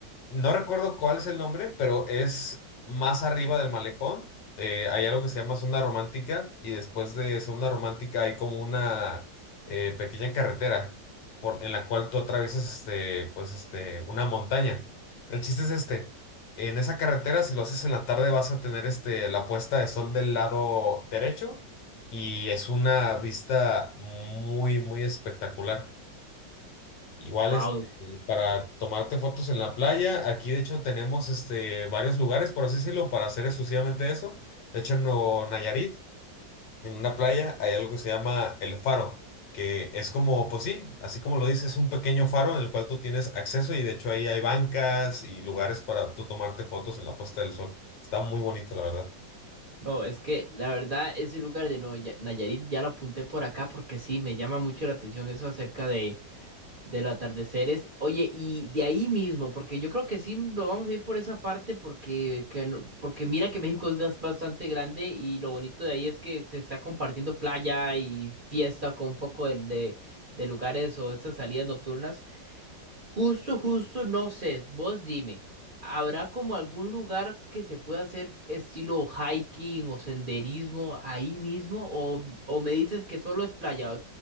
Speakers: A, on the left; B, on the right.
A: No recuerdo cuál es el nombre, pero es más arriba del malecón. eh, hay algo que se llama zona romántica y después de zona romántica hay como una eh, pequeña carretera por, en la cual tú atraviesas este, pues este, una montaña. El chiste es este. En esa carretera, si lo haces en la tarde, vas a tener este, la puesta de sol del lado derecho y es una vista muy, muy espectacular. Igual,
B: Wow,
A: este, para tomarte fotos en la playa, aquí de hecho tenemos este, varios lugares, por así decirlo, para hacer exclusivamente eso. De hecho, en Nuevo Nayarit, en una playa, hay algo que se llama El Faro, que es como, pues sí, así como lo dices, es un pequeño faro en el cual tú tienes acceso y de hecho ahí hay bancas y lugares para tú tomarte fotos en la puesta del sol. Está muy bonito, la verdad.
B: no, es que la verdad ese lugar de Noya- Nayarit ya lo apunté por acá porque sí, me llama mucho la atención eso acerca de, Del atardecer es, oye, y de ahí mismo, porque yo creo que sí lo vamos a ir por esa parte, porque, que no- porque mira que México es gas- bastante grande y lo bonito de ahí es que se está compartiendo playa y fiesta con un poco de, de, de lugares o estas salidas nocturnas. Justo, justo, no sé, vos dime, ¿habrá como algún lugar que se pueda hacer estilo hiking o senderismo ahí mismo? ¿O, o me dices que solo es playa?